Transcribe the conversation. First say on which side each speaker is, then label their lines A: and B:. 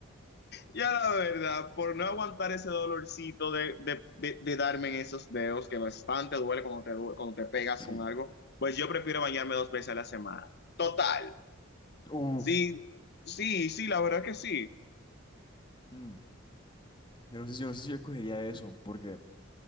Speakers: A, on the left; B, on the left.
A: Ya la verdad, por no aguantar ese dolorcito de, de, de, de darme en esos dedos, que bastante duele cuando te, du- cuando te pegas
B: Sí.
A: con algo, pues yo prefiero bañarme dos veces a la semana. Total,
B: Uf.
A: sí, sí, sí, la verdad que sí.
B: Mm. Yo no sé si, yo no sé si yo escogería eso, porque